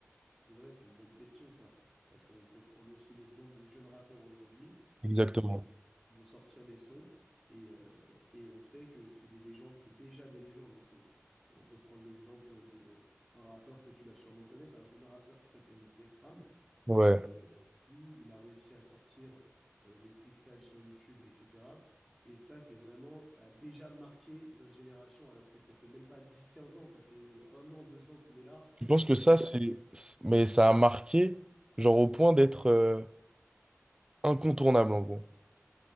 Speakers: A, in the centre; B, on the right (about 15°).
A: C'est vrai, c'est une bonne question, ça. Parce qu'on peut prendre aussi l'exemple de jeunes rappeurs aujourd'hui
B: Exactement.
A: euh, qui vont sortir des sons et, euh, et on sait que c'est des légendes, c'est déjà des légendes, les sons. Euh, On peut prendre l'exemple de euh, un rappeur que tu dois sûrement connaître, un jeune rappeur qui s'appelle Lesram.
B: Ouais.
A: Euh, lui, il a réussi à sortir euh, des freestyles sur YouTube, etc. Et ça, c'est vraiment, ça a déjà marqué notre génération, alors que ça fait même pas dix, quinze ans, ça fait un an, deux ans qu'il est là,
B: Je pense que ça,
A: et il y
B: c'est. Mais ça a marqué, genre au point d'être euh, incontournable, en gros.